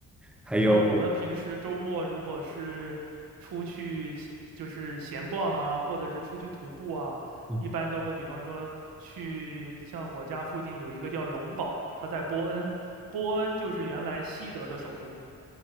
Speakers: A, in the centre; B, on the right.
A: 还有，
B: 像我们平时周末如果是出去就是闲逛啊，或者是出去徒步啊，
A: 嗯，
B: 一般都会比方说去像我家附近有一个叫龙堡，它在波恩，波恩就是原来西德的首都，